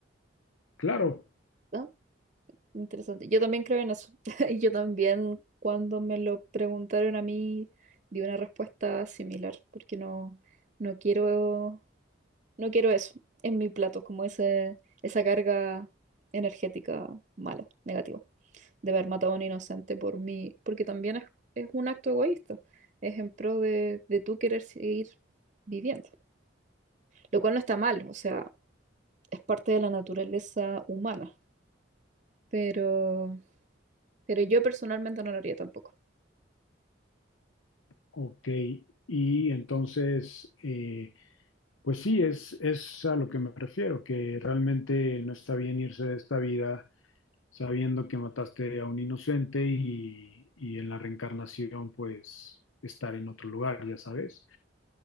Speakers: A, on the left (about 85°); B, on the right (about 40°).
A: Claro,
B: ¿No? Interesante. Yo también creo en eso. <laughs> Y yo también, cuando me lo preguntaron a mí, di una respuesta similar, porque no, no quiero, no quiero eso en mi plato, como ese, esa carga energética mala, negativa, de haber matado a un inocente por mí, porque también es, es un acto egoísta, es en pro de, de tú querer seguir viviendo, lo cual no está mal, o sea, es parte de la naturaleza humana, pero, pero yo personalmente no lo haría tampoco.
A: ok. Y entonces, eh, pues sí, es, es a lo que me refiero, que realmente no está bien irse de esta vida sabiendo que mataste a un inocente y, y en la reencarnación, pues estar en otro lugar, ya sabes.